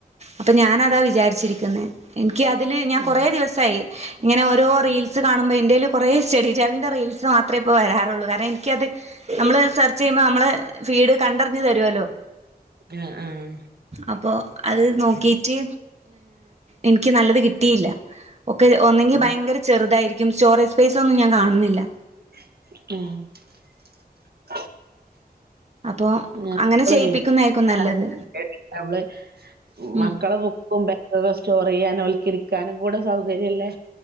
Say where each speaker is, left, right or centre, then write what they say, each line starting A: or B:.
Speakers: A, on the right; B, on the right.
A: അപ്പൊ ഞാനതാ വിചാരിച്ചിരിക്കുന്നത് എനിക്ക് അതില് ഞൻ
B: ഉം
A: കൊറ ദിവസായി ഇങ്ങെനെ ഓരോ റീൽസ് കാണുമ്പോൾ എൻ്റെയിൽ കുറേ <unintelligible> റീൽസ് മാത്രമേ ഇപ്പോൾ വരാറുള്ളൂ കാരണം ഇൻക്കത് നമ്മള് സെർച്ച് ചെയ്യുമ്പോൾ നമ്മളെ ഫീഡ് കണ്ടറിഞ്ഞു തരുവല്ലോ
B: ആഹ് ആഹ്
A: അപ്പോ അത് നോക്കിട്ട് എനിക്ക് നല്ലത് കിട്ടിയില്ല ഒക്കെ ഒന്നെങ്കി
B: ഉം
A: ഭയങ്കര ചെറുതായിരിക്കും സ്റ്റോറേജ് സ്പേസ് ഒന്നും ഞാൻ കാണുന്നില്ല
B: ആഹ്
A: അപ്പോ
B: ഞൻള
A: അങ്ങനെ ചെയ്യിപ്പിക്കുന്നായിരിക്കും
B: <unintelligible>
A: നല്ലത് ഉം
B: മക്കളെ ബുക്കും ബാഗൊക്കെ സ്റ്റോർ ചെയ്യാനും അവൽക്കരിക്കാനും കൂടെ സൗകര്യംല്ലേ